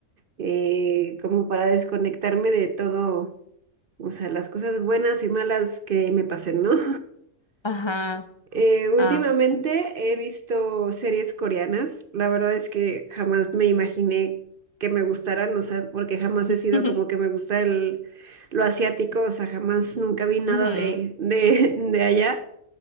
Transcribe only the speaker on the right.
eh, como para desconectarme de todo, o sea, las cosas buenas y malas que me pasen, ¿no? <laughs>
Eh, últimamente
he visto series coreanas. La verdad es que jamás me imaginé que me gustaran, o sea, porque jamás he
sido como que me gusta el, lo asiático, o sea, jamás nunca vi nada
de, de, <laughs> de allá.